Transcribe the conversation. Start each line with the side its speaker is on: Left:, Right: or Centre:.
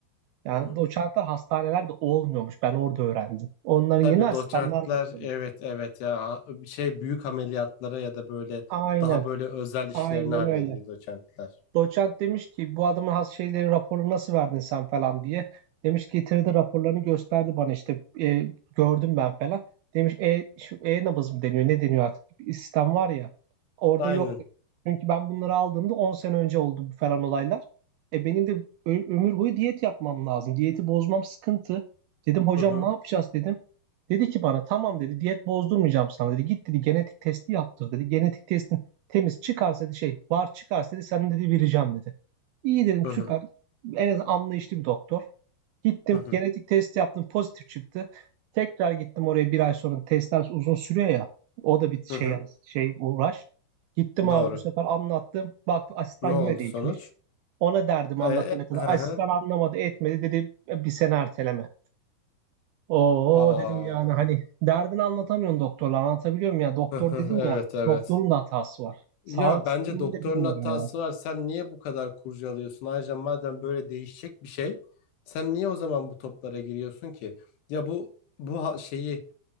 Right: Yani
Left: Hı hı.
Right: doçentler hastanelerde olmuyormuş. Ben orada öğrendim. Onların
Left: Tabii
Right: yeni asistanlar
Left: doçentler
Right: bakıyormuş.
Left: evet evet ya bir şey büyük ameliyatlara ya da böyle
Right: Aynen.
Left: daha böyle özel işlerini
Right: Aynen
Left: hallediyor
Right: öyle.
Left: doçentler.
Right: Doçent demiş ki bu adamın has şeyleri raporu nasıl verdin sen falan diye. Demiş getirdi raporlarını gösterdi bana işte e, gördüm ben falan. Demiş e, şu e-nabız mı deniyor ne deniyor artık bir sistem var ya orada
Left: Aynen.
Right: yok. Çünkü ben bunları aldığımda 10 sene önce oldu bu falan olaylar. E benim de ö- ömür boyu diyet yapmam lazım. Diyeti bozmam sıkıntı. Dedim hocam
Left: Hı hı
Right: ne yapacağız dedim. Dedi ki bana tamam dedi diyet bozdurmayacağım sana dedi. Git dedi genetik testi yaptır dedi. Genetik testi Temiz çıkarsa dedi şey var çıkarsa dedi senin dedi vereceğim dedi. İyi dedim
Left: hı
Right: süper.
Left: hı
Right: En az anlayışlı bir doktor. Gittim
Left: hı hı.
Right: genetik test yaptım pozitif çıktı. Tekrar gittim oraya bir ay sonra testler uzun sürüyor ya. O da bir şey
Left: hı hı.
Right: şey uğraş. Gittim
Left: Doğru.
Right: abi bu sefer anlattım. Baktım asistan
Left: Ne oldu
Right: yine değişmiş.
Left: sonuç?
Right: Ona derdim
Left: E,
Right: anlatana
Left: e,
Right: kadar.
Left: hı
Right: Asistan
Left: hı.
Right: anlamadı etmedi dedi "E, bir sene erteleme. Oo
Left: Aa.
Right: dedim yani hani derdini anlatamıyorsun doktorla anlatabiliyor muyum ya doktor
Left: Hı hı,
Right: dedin
Left: Evet
Right: ya
Left: evet.
Right: doktorun da hatası var. Sağlık
Left: Ya bence
Right: sisteminde
Left: doktorun
Right: bilmiyorum
Left: hatası
Right: ya.
Left: var. Sen niye bu kadar kurcalıyorsun? Ayrıca madem böyle değişecek bir şey, sen niye o zaman bu toplara giriyorsun ki? Ya bu bu ha- şeyi